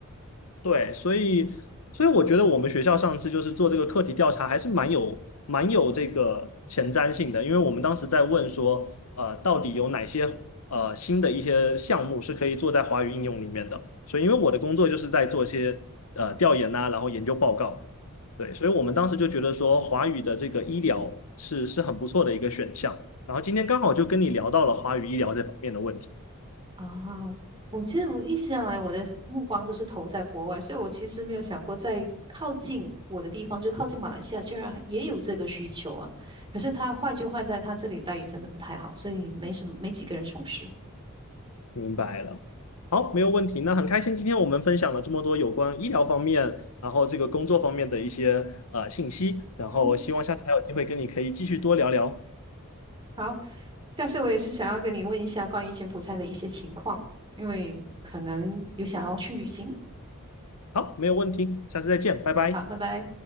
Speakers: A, on the left; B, on the right.
A: 对，所以所以我觉得我们学校上次就是做这个课题调查，还是蛮有蛮有这个前瞻性的，因为我们当时在问说，呃，到底有哪些呃新的一些项目是可以做在华语应用里面的，所以因为我的工作就是在做一些呃调研呐、然后研究报告，对，所以我们当时就觉得说华语的这个医疗是是很不错的一个选项，然后今天刚好就跟你聊到了华语医疗这方面的问题。
B: 啊，我其实我一直以来我的目光都是投在国外，所以我其实没有想过在靠近我的地方，就靠近马来西亚，居然也有这个需求啊。可是它坏就坏在它这里待遇真的不太好，所以没什么，没几个人从事。
A: 明白了，好，没有问题。那很开心，今天我们分享了这么多有关医疗方面，然后这个工作方面的一些呃信息，然后希望下次还有机会跟你可以继续多聊聊。
B: 嗯哼，好，下次我也是想要跟你问一下关于柬埔寨的一些情况，因为可能有想要去旅行。
A: 好，没有问题，下次再见，拜拜。
B: 好，拜拜。